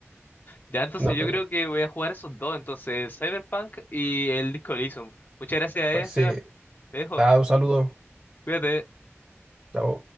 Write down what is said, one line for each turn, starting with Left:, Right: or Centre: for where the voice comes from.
Left: Ya, entonces
Right: No,
Left: yo
Right: pues
Left: creo
Right: no.
Left: que voy a jugar esos dos, entonces Cyberpunk y el Disco Elysium. Muchas gracias, eh,
Right: Pues sí.
Left: Seba. Te dejo.
Right: da un saludo.
Left: Cuídate.
Right: Chao.